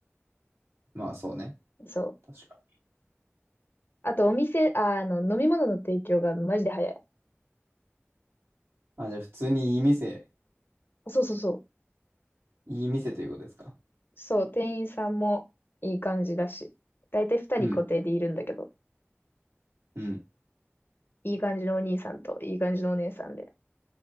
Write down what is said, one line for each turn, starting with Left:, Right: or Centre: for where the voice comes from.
Right: まあそうね。
Left: ん。そう。
Right: 確か。
Left: あとお店、あ、あの、飲み物の提供がマジで早い。
Right: あ、じゃあ普通にいい店、
Left: そうそうそう。
Right: いい店ということですか
Left: そう、店員さんもいい感じだし。だいたい二人固定でいるんだけど。
Right: うん。うん。
Left: いい感じのお兄さんといい感じのお姉さんで、